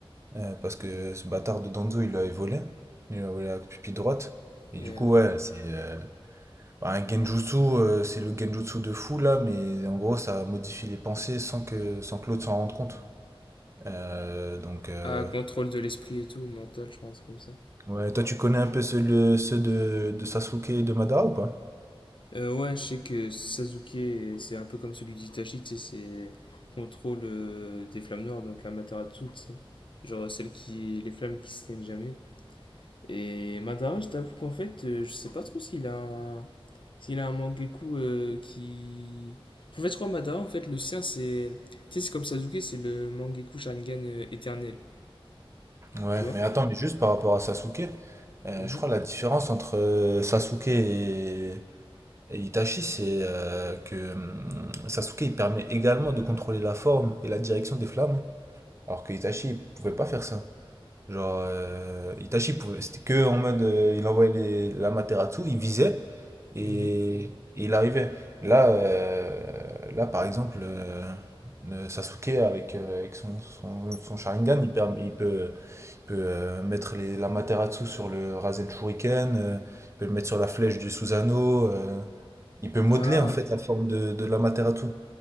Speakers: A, on the right (about 30°); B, on the left (about 60°).
A: euh, parce que ce bâtard de Danzo, il l'avait volé. Il lui a volé la pupille droite. Et
B: Et
A: du coup,
B: ouais.
A: ouais, c'est euh, bah, un genjutsu, euh, c'est le genjutsu de fou, là, mais en gros, ça modifie les pensées sans que, sans que l'autre s'en rende compte. Euh, donc, euh,
B: Ah, contrôle de l'esprit et tout, mental, je pense, comme ça.
A: Ouais, toi tu connais un peu ceux, le- ceux de, de Sasuke et de Madara ou pas?
B: Euh, ouais, je sais que Sasuke, c'est un peu comme celui d'Itachi, tu sais, c'est contrôle euh, des flammes noires, donc Amaterasu, tu sais. Genre, celle qui. Les flammes qui s'éteignent jamais. Et Madara, je t'avoue qu'en fait, euh, je sais pas trop s'il a un... s'il a un Mangekyou euh, qui... En fait, je crois que Madara, en fait, le sien, c'est... Tu sais, c'est comme Sasuke, c'est le Mangekyou Sharingan euh, éternel,
A: Ouais,
B: tu vois?
A: mais attends, mais juste par rapport à Sasuke, euh,
B: Mhm,
A: je crois la différence entre euh, Sasuke et, et Itachi, c'est euh, que hum, Sasuke il permet également de contrôler la forme et la direction des flammes, alors que Itachi il pouvait pas faire ça. Genre, euh, Itachi pouvait, c'était que en mode euh, il envoyait les- l'Amaterasu, il visait, Et
B: mhm.
A: et il arrivait. Là, euh, là par exemple, euh, euh, Sasuke avec, euh, avec son, son, son Sharingan, il, permet- il peut, il peut euh, mettre les, la Materasu sur le Rasen Shuriken, euh, il peut le mettre sur la flèche du Susanoo, euh, il peut modeler
B: Ah,
A: en fait la forme de, de l'Amaterasu.